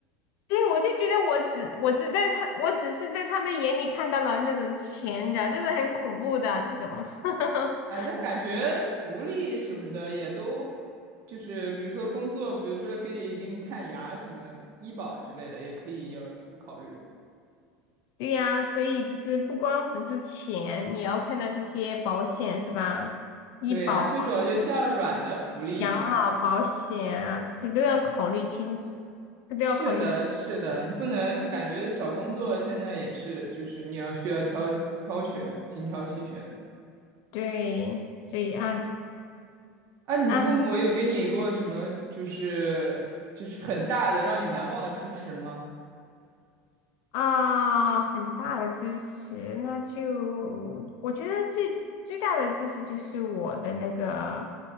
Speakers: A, on the left (about 65°); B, on the right (about 50°).
A: 对，我就觉得我只我只在他我只是在他们眼里看到了那种钱的，就是很恐怖的这种。<laughs>
B: 哎，但感觉福利什么的也都，就是比如说工作，比如说可以给你看牙什么医保之类的，也可以要考虑。
A: 对呀，所以就是不光只是钱，你要看到这些保险是吧？医保、
B: 对呀，这种就像软的福利一样。
A: 养老保险啊，这些都要考虑清，这都要考虑清楚的
B: 是的，是的，你不能感觉找工作现在也是，就是你要需要挑挑选，精挑细选的。
A: 对，所以哎，
B: 啊，你父母有给你过什么，
A: 唉
B: 就是就是很大的让你难忘的支持吗？
A: 啊，很大的支持，那就我觉得最最大的支持就是我的那个